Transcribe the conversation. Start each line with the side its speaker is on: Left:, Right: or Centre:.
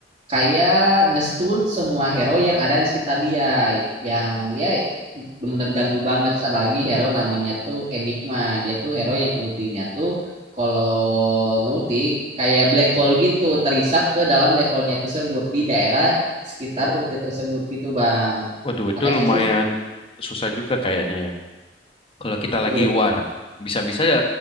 Right: kayak ngestun semua hero yang ada di sekitar dia yang ya benar-benar ganggu banget. Terus ada lagi hero namanya tuh Enigma. Dia tuh hero yang ultinya tuh kalau ngulti kayak black hole gitu terisap ke dalam black hole-nya tersebut di daerah sekitar ulti tersebut gitu bang
Left: waduh itu
Right: makanya
Left: lumayan
Right: tuh
Left: susah juga kayaknya ya kalau kita
Right: tuh
Left: lagi war bisa-bisa ya